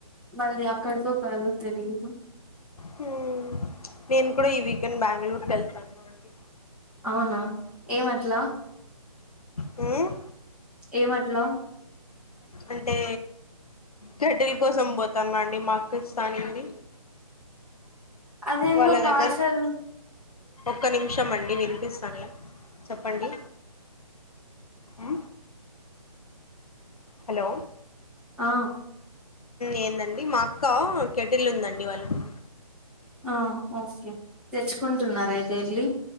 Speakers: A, in the centre; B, on the left.
A: మళ్ళీ అక్కడికో కాదో తెలిదు
B: హ్మ్. నేను కూడా ఈ వీకెండ్ బెంగళూరు కి ఏళ్లన్న అండి
A: అవునా ఏమట్లా
B: మ్మ్
A: ఏమట్ల
B: అంటే కెటిల్ కోసం పోతున్న అండి మా అక్క ఇస్తా అనింది
A: అదేందో
B: వాళ్ళ
A: పార్షల్
B: దగ్గర ఒక్క నిమిషం అండి వినిపిస్తానులే చెప్పండి ఆ హలో
A: ఆ
B: ఏందండి మా అక్క కెటిల్ ఉందండి వాళ్ళకు
A: ఆ ఓకే తెచ్చుకుంటున్నార అయితే వెళ్ళి